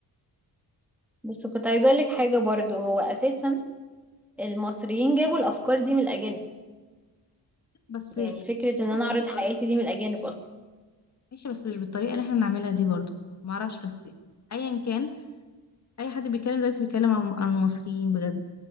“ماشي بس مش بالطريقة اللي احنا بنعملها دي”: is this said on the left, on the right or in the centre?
Left